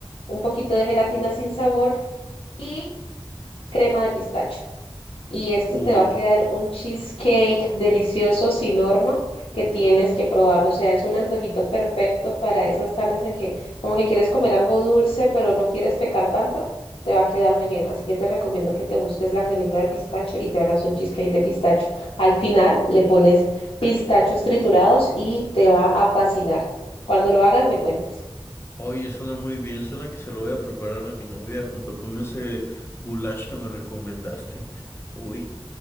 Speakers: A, on the left; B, on the left.
A: un poquito de gelatina sin sabor y crema de pistacho. Y esto
B: Uy,
A: te va a quedar un cheesecake delicioso sin horno que tienes que probarlo O sea, es un antojito perfecto para esas tardes en que como que quieres comer algo dulce, pero no quieres pecar tanto. Te va a quedar muy bien. Así que te recomiendo que te busques la cremita de pistacho y te hagas un cheesecake de pistacho. Al final le pones pistachos triturados y te va a fascinar. Cuando lo hagas, me cuentas.
B: oye, suena muy bien, suena que se lo voy a preparar a mi novia junto con ese goulash que me recomendaste. Uy,